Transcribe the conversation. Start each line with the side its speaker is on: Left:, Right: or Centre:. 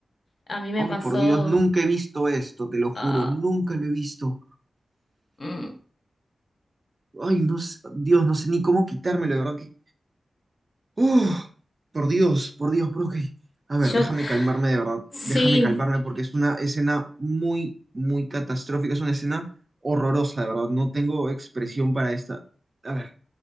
Left: A mí me
Right: oh,
Left: pasó...
Right: por Dios, nunca he visto esto, te lo juro,
Left: ah,
Right: nunca lo he visto.
Left: mm,
Right: Ay, no sé, Dios, no sé ni cómo quitármelo, de verdad que. ¡Uf! por Dios, por Dios, pero ok. A ver,
Left: shock.
Right: déjame calmarme, de verdad.
Left: Sí.
Right: Déjame calmarme porque es una escena muy, muy catastrófica. Es una escena horrorosa, de verdad. No tengo expresión para esta. A ver,